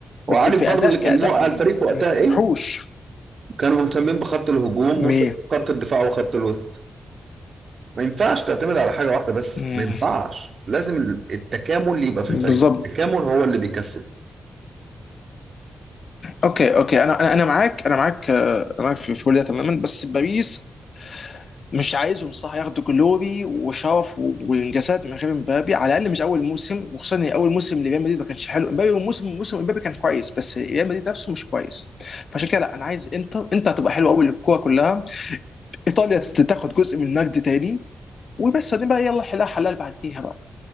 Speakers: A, on the right (about 45°); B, on the left (about 50°).
A: وعارف
B: بس في
A: برضو
B: اداء
A: اللي
B: كاداء
A: كان موقع
B: ما
A: الفريق
B: نج-
A: في وقتها
B: ما
A: ايه
B: نجحوش
A: كانوا مهتمين بخط الهجوم
B: مي
A: وخط الدفاع وخط الوسط ما ينفعش تعتمد على حاجة واحدة بس
B: مم.
A: ما ينفعش لازم التكامل اللي يبقى في
B: بالظبط
A: الفريق التكامل هو اللي بيكسب
B: اوكي اوكي انا انا أنا معاك انا معاك آه، انا معاك في في كل ده تماما بس باريس مش عايزهم صح ياخدوا جلوري وشرف و- وانجازات من غير امبابي على الاقل مش اول موسم وخصوصا ان اول موسم لريال مدريد ما كانش حلو امبابي موسم موسم امبابي كان كويس بس ريال مدريد نفسه مش كويس فعشان كده لا انا عايز انتر انت هتبقى حلو قوي للكوره كلها ايطاليا تاخد جزء من المجد تاني وبس بعدين بقى يلا حلال حلال بعديها بقى